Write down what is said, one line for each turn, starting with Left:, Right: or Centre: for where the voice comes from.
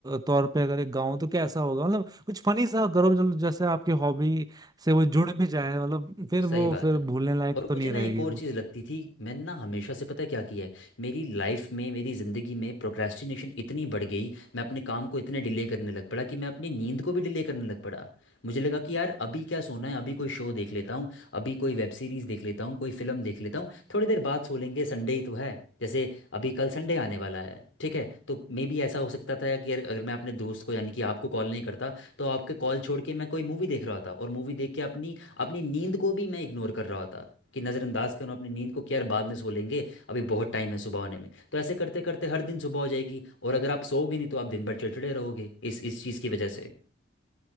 Right: तौर पे अगर एक गाऊं तो कैसा होगा मतलब कुछ फनी सा करो जो जैसे आपकी हॉबी से वो जुड़ भी जाए मतलब फिर
Left: सही
Right: वो
Left: बात
Right: फिर
Left: है
Right: भूलने लायक
Left: और
Right: तो
Left: मुझे
Right: नहीं
Left: ना
Right: रहेगी
Left: एक और
Right: वो
Left: चीज़ लगती थी मैंने ना हमेशा से पता है क्या किया है मेरी लाइफ में मेरी ज़िंदगी में प्रोक्रेस्टिनेशन इतनी बढ़ गई मैं अपने काम को इतने डिले करने लग पड़ा कि मैं अपनी नींद को भी डिले करने लग पड़ा मुझे लगा कि यार अभी क्या सोना है अभी कोई शो देख लेता हूँ अभी कोई वेब सीरीज़ देख लेता हूँ कोई फिल्म देख लेता हूँ थोड़ी देर बाद सो लेंगे संडे ही तो है जैसे अभी कल संडे आने वाला है ठीक है तो मे बी ऐसा हो सकता था कि अगर अगर मैं अपने दोस्त को यानी कि आपको कॉल नहीं करता तो आपके कॉल छोड़ के मैं कोई मूवी देख रहा था और मूवी देख के अपनी अपनी नींद को भी मैं इग्नोर कर रहा था कि नज़रअंदाज करूँ अपनी नींद को कि यार बाद में सो लेंगे अभी बहुत टाइम है सुबह होने में तो ऐसे करते करते हर दिन सुबह हो जाएगी और अगर आप सोओगे नहीं तो आप दिन भर चिड़चिड़े रहोगे इस इस चीज़ की वजह से